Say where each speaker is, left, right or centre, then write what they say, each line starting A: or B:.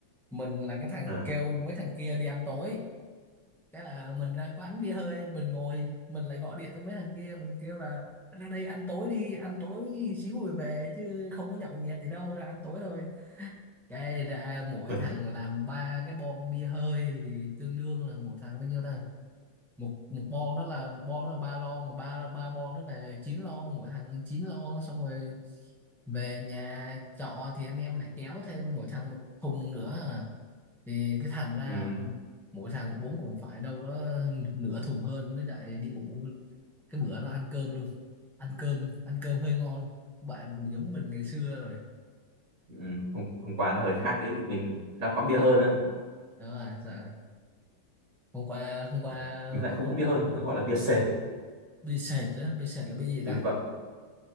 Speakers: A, in the centre; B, on the right.
A: Mình là cái thằng
B: Ờ.
A: kêu mấy thằng kia đi ăn tối cái là mình ra quán bia hơi mình ngồi mình lại gọi điện cho mấy thằng kia mình kêu là ra đây ăn tối đi ăn tối xíu rồi về chứ không có nhậu nhẹt gì đâu ra ăn tối thôi cái ra mỗi
B: <laughs>
A: thằng làm ba cái bon bia hơi thì tương đương là mỗi thằng bao nhiêu ta một một bon đó là một bon đó là ba lon ba ba bon đó là chín lon mỗi thằng chín lon xong rồi về nhà trọ thì anh em lại kéo thêm mỗi thằng một thùng nữa à thì cái thành ra
B: ừ,
A: mỗi thằng cũng bốn cũng phải đâu đó nửa thùng hơn mới lại đi ngủ cái bữa đó ăn cơm luôn ăn cơm ăn cơm hơi ngon bạn cũng giống mình ngày xưa rồi
B: ừ, hôm, hôm qua nó hơi khác đấy mình đang quán bia hơi đó
A: đó à dạ. hôm qua hôm qua
B: Ờ, mình lại
A: hô-
B: không uống
A: hô-
B: bia hơi nó gọi là bia sệt
A: bia sệt á bia sệt là bia gì
B: để
A: ta
B: bị bậm